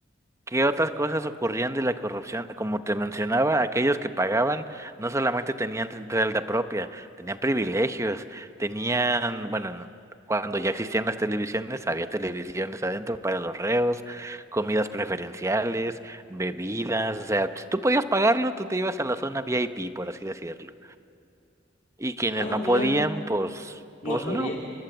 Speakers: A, on the right; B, on the left.
A: ¿Qué otras cosas ocurrían de la corrupción? Como te mencionaba, aquellos que pagaban no solamente tenían t- realidad propia, tenían privilegios, tenían, bueno, no- cuando ya existían las televisiones, había televisiones adentro para los reos, comidas preferenciales, bebidas, o sea, si tú podías pagarlo, tú te ibas a la zona VIP, por así decirlo. Y quienes
B: Ah,
A: no
B: mira,
A: podían, pues,
B: no
A: pues
B: podía.
A: no,